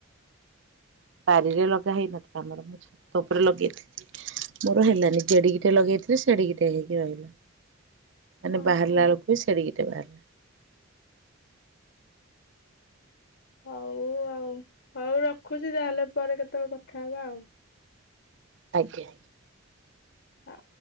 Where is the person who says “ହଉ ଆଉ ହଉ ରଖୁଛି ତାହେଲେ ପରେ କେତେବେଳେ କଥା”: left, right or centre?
Left